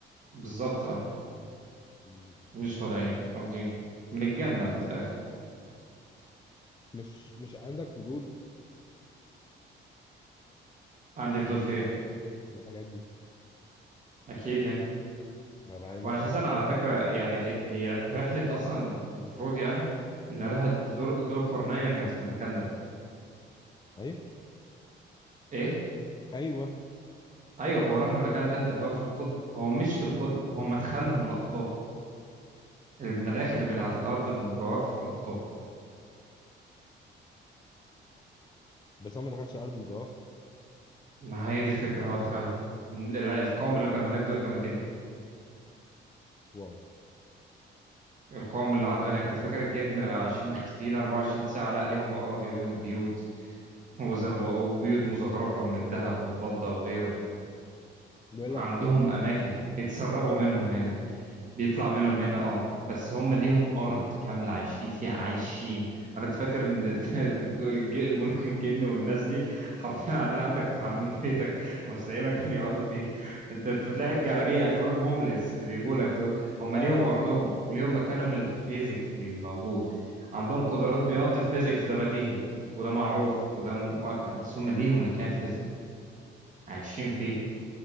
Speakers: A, on the right; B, on the left.
A: بالظبط اه
B: مم.
A: مش فضائيين ارضيين من الجنة من الاخر
B: مش مش عندك فضول
A: عندي فضول في ايه
B: للحاجات دي
A: اكيد يعني
B: ما بقى نفسي
A: واساسا
B: اعرف
A: على
B: اه
A: فكرة يعني هي, هي رحلة اصلا المفروض يعني ان رحلة ذو ذو القرنين كانت في المكان ده
B: ايوه
A: ايه
B: ايوه
A: ايوه هو راح المكان ده اللي هو في القطب هو مش في القطب هو مدخلهم الاقطاب المداخل بتاعه الارض المجوفه في الاقطاب
B: بس هو ما دخلش ارض مجوفه
A: ما هي دي الفكره هو دخلها إن ال- القوم اللي كانوا هناك دول كانوا جن
B: واو
A: القوم اللي عدوا هناك كنت فاكر الجن عايشين مختفيين 24 ساعه لا ليهم اراضي وليهم بيوت وز- وبيوت مزخرفه من الذهب والفضه وغيره
B: بيقول
A: عندهم
B: لك <laughs>
A: اماكن بيتسربوا منهم هنا بيطلع منهم هنا اه بس هم ليهم ارض كامله عايشين فيها عايشين انا انت فاكر ان ال- <laughs> الج- الج- ملوك الجن والناس دي حرفيا قاعدين عندك في حمام بيتك ومش لاقيين مكان يقعدوا فيه انت أنت بتلاقي الجرابيع اعتبرهم هومليس اللي بيجوا لك دول هم
B: اه
A: ليهم ارضهم
B: اه
A: وليهم مكانهم الفيزيكلي الموجود عندهم قدرات بيوند الفيزيكس ده بديهي وده معروف وده مؤكد بس هم ليهم مكان فيزيكس عايشين فيه